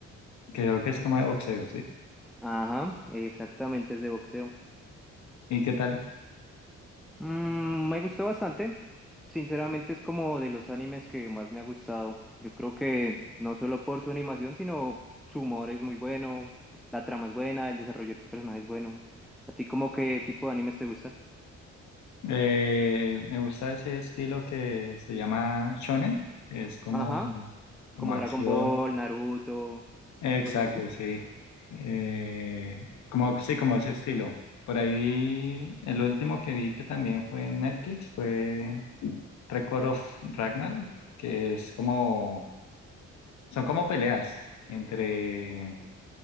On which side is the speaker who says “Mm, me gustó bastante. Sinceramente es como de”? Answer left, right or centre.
Centre